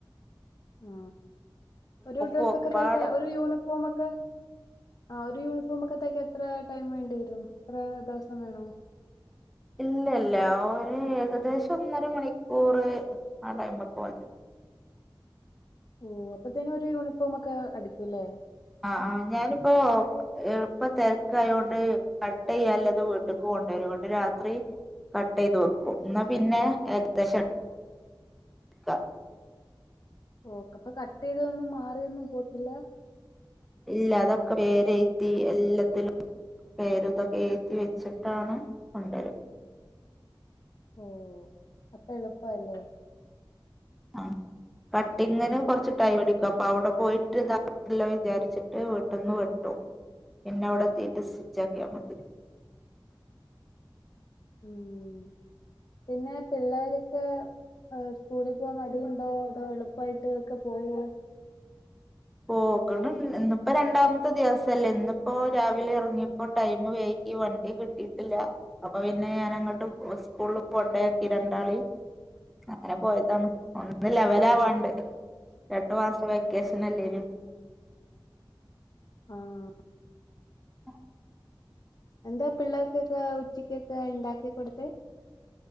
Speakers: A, on the left (about 50°); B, in the centre.
A: ആ ഒരു ഡ്രസ്സ്
B: പോക്കുപാട
A: ഒക്കെ തയ്ക്കാൻ ഒരു യൂണിഫോമക്കെ ആഹ് ഒരു യൂണിഫോമക്കെ തയ്ക്കാൻ എത്ര ടൈം വേണ്ടിവരും? എത്ര ദിവസം വേണം?
B: ഇല്ല ഇല്ല ഓന് ഏകദേശം ഒന്നര മണിക്കൂറ് ആ ടൈമൊക്കെ മതി.
A: ഓ അപ്പത്തേന് ഒരു യൂണിഫോമൊക്കെ അടിക്കുംല്ലേ?
B: ആഹ് ആ ഞാനിപ്പോ ഇപ്പൊ തെരക്കായോണ്ട് കട്ട് ചെയ്യല്ലത് വ്ട്ട്ക്ക് കൊണ്ടരും, ഇന്നട്ട് രാത്രി കട്ടീത് വെക്കും ന്നാ പിന്നെ ഏകദേശം എടുക്ക
A: ഓ അപ്പൊ കട്ട് ചെയ്തൊന്നും മാറിയൊന്നും പോവത്തില്ല?
B: ഇല്ല അതൊക്കെ പേരെയ്തി എല്ലത്തിലും പേര് ഇതൊക്കെ എയ്തി വെച്ചിട്ടാണ് കൊണ്ടരാ.
A: ഓ അപ്പൊ എളുപ്പാല്ലേ.
B: ആഹ് കട്ട് - ട്ടി ഇങ്ങനെ കൊറച്ച് ടൈം ഇട്ക്കും. അപ്പൊ അവടെ പോയിട്ട് ഇതാക്കണ്ടല്ലോ വിചാരിച്ചിട്ട് വ്ട്ട്ന്ന് വെട്ടും. പിന്നെ അവടെത്തീട്ട് സ്റ്റിച്ച് ആക്കിയാ മതി.
A: ഉം പിന്നെ പിള്ളേരൊക്കെ സ്കൂളിൽ പോവാ മടി ഇണ്ടോ അതോ എളുപ്പായിട്ട് ഒക്കെ പോവോ?
B: പോകണം ഇന്ന്പ്പൊ രണ്ടാമത്തെ ദിവസല്ലേ, ഇന്ന്പ്പൊ രാവിലെ ഇറങ്ങിയപ്പോ ടൈയ്മ് വെയ്കി ഈ വണ്ടി കിട്ടീട്ടില്ല അപ്പൊ പിന്നെ ഞാനഅങ്ങട്ട് സ്കൂള് കൊണ്ടാക്കി രണ്ടാളീം അങ്ങനെ പോയതാണ്, ഒന്ന് ലെവലാവാണ്ട് രണ്ട് മാസം വെക്കേഷൻ
A: ഓ
B: അല്ലേയ്ര്ന്ന്
A: ഓ
B: <inaudible>
A: ആഹ്
B: ആഹ്
A: എന്താ പിള്ളാർക്കൊക്കെ ഉച്ചയ്ക്കൊക്ക ഇണ്ടാക്കി കൊടുത്തെ